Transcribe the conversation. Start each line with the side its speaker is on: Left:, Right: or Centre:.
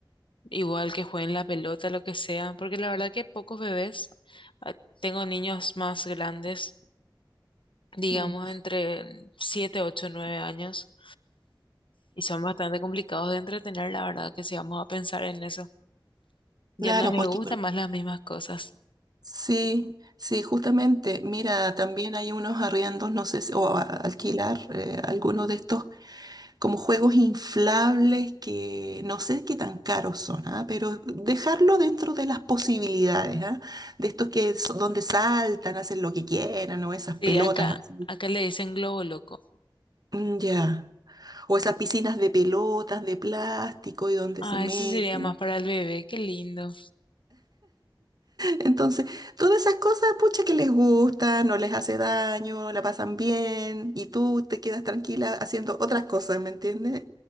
Left: igual que jueguen la pelota, lo que sea, porque la verdad que pocos bebés, ah, tengo niños más grandes, digamos
Right: Mm.
Left: entre 7 8 9 años, y son bastante complicados de entretener, la verdad que si vamos a pensar en eso,
Right: Claro,
Left: ya no les
Right: porque,
Left: gustan más las mismas cosas.
Right: Sí, sí, justamente, mira, también hay unos arriendos, no sé si, o a- alquilar eh, algunos de estos como juegos inflables que no sé qué tan caros son, ¿ah? Pero dejarlo dentro de las posibilidades, ¿ah? De estos que son donde saltan, hacen lo que quieran, o esas
Left: Sí,
Right: pelotas
Left: acá,
Right: así.
Left: acá le dicen globo loco.
Right: Mm, Ya. O esas piscinas de pelotas de plástico y donde
Left: Ah,
Right: se meten.
Left: eso sería más para el bebé, qué lindo.
Right: Entonces, todas esas cosas, pucha, que les gusta, no les hace daño, la pasan bien y tú te quedas tranquila haciendo otras cosas, ¿me entiendes?